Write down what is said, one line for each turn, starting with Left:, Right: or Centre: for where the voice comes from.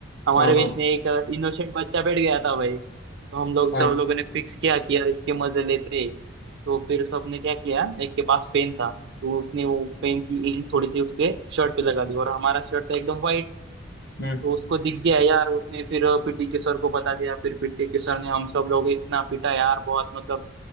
Right: हमारे
Left: हाँ
Right: बीच
Left: हाँ
Right: में एक इनोसेंट बच्चा बैठ गया था भाई तो हम लोग सब
Left: हाँ
Right: लोगों ने फिक्स किया कि यार इसके मजे लेते तो फिर सबने क्या किया एक के पास पेन था तो उसने वो पेन की इंक थोड़ी सी उसके शर्ट पे लगा दी और हमारा शर्ट था एकदम वाइट
Left: हम्म
Right: तो उसको दिख गया यार उसने फिर पीटी के सर को बता दिया फिर पीटी के सर ने हम सब लोग इतना पीटा यार बहुत मतलब